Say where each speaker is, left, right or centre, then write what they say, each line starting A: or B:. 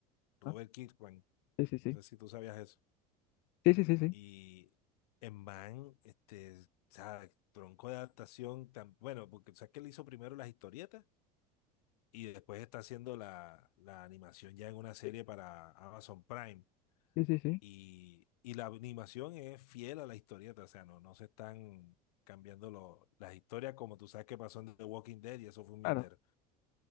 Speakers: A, on the left; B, on the left.
A: Robert
B: Ah,
A: Kirkman.
B: Sí, sí, sí.
A: No sé si tú sabías eso.
B: Sí, sí, sí, sí.
A: Y en Van, este, o sea, tronco de adaptación, tan, bueno, porque sabes que él hizo primero las historietas y después está haciendo la, la animación ya en una serie
B: Sí,
A: para Amazon Prime.
B: sí, sí. sí.
A: Y, y la animación es fiel a la historieta, o sea, no, no se están cambiando lo- las historias como tú sabes que pasó en The Walking Dead y eso fue un mierdero.
B: Claro.